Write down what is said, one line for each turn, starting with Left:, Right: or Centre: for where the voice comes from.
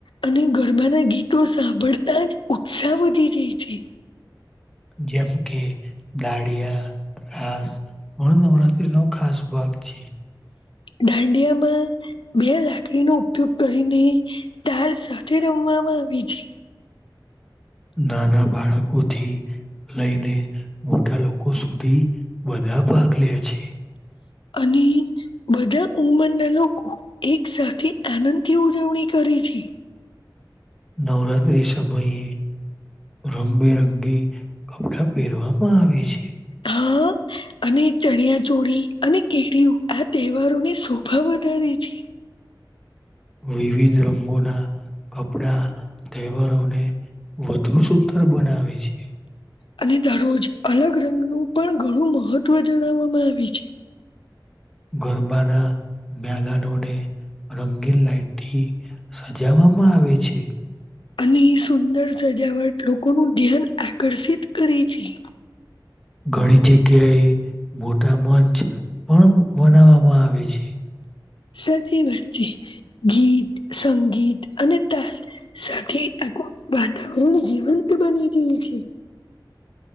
Left: અને ગરબાના ગીતો સાંભળતા જ ઉત્સાહ વધી જાય છે.
Centre: જેમ કે દાળિયા રાાસ. પણ નવરાત્રીનો ખાસ ભાગ છ.
Left: દાંડિયામાં બે લાકડીનો ઉપયોગ કરીને દાલ સાથે રમ. આવી છે.
Centre: નાના બાળકોથી લઈને મોટા લોકો સુધી વગ. બ ભાગ લ છે.
Left: અને. બધા ઉંમરના લોકો એક સાથે આનંદથી ઉજવણી કરી છે.
Centre: નવરાત્રિ સમયે. રંગબેરંગી કપડાં પહેરવામાં આવે છે.
Left: હા! અને ચણિયા ચોળી અને કેરીય આ તહેવારો ની શોભા વધારે છે.
Centre: વિવિધ રંગોના. કપડા તહેવારોને વધુ સુંદર બનાવે છે.
Left: અને દરરોજ અલગ રંગનું પણ ઘણું મહત્વ જણાવવામાં આવે છે.
Centre: ગરબાના મેદાનોને. રંગી લઇટી સજાવામાં આવે છે.
Left: અને સુંદર સજાવટ લોકોનું ધ્યાન આકર્ષિત કરે છે. <inaudible>
Centre: ઘણી જગ્યાએ. મોટા મંચ પણ બનાવવામાં આવે છે.
Left: સાચી વાત છે. ગીત સંગીત અને તાલ સાથે. વાતાવરણ જીવંત બની રય છે.